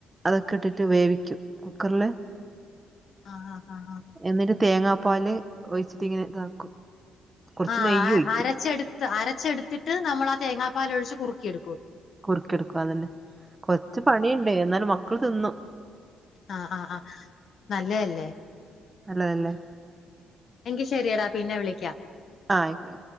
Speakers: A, on the right; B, on the left.
A: അതൊക്കെ ഇട്ടിട്ട് വേവിക്കും കുക്കറില്
B: ആഹ് ആഹ് ആഹ്
A: എന്നിട്ട് തേങ്ങാപ്പാല് ഒഴിച്ചിട്ട ഇങ്ങനെ ഇതാക്കും കുറച്ച്
B: ആഹ്
A: നെയ്യ് ഒഴിക്കും
B: അരച്ചെടുത്ത് അരച്ചെടുത്തിട്ട് നമ്മൾ ആ തേങ്ങാപ്പാല് ഒഴിച്ച് കുറുക്കി എടുക്കും
A: കുറുക്കിടുക്കും അത് തന്നെ കൊറച്ച് പണിയുണ്ട് എന്നാലും മക്കള് തിന്നും
B: ആഹ് ആഹ് ആഹ് നല്ലയല്ലേ
A: നല്ലതല്ലേ
B: എങ്കി ശരിയടാ പിന്നെ വിളിക്കാം
A: ആഹ് ആയിക്കോട്ടേ